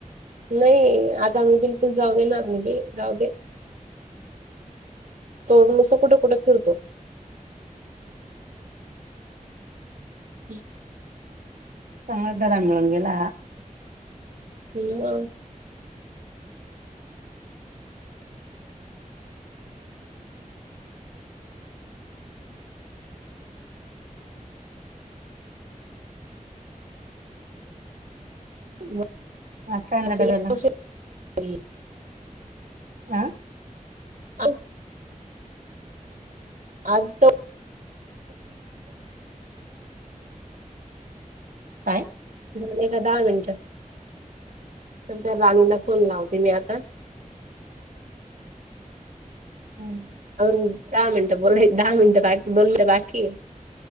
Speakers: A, on the right (about 70°); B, on the right (about 85°).
A: नाही, आता मी बिलकुल जाऊ देणार नाही. जाऊ दे तो न असं कुठे कुठे फिरतो हम्
B: चांगल्या दरा मिळून गेला
A: हम <unintelligible>
B: आज काय आणला डब्याला आं
A: अ आज
B: काय
A: झाले का दहा मिनिट तर राणीला फोन लावते मी आता.
B: हम्
A: अ दहा मिनिटं बोला दहा मिनिटं बाकी दोन मिनटं बाकी आहे.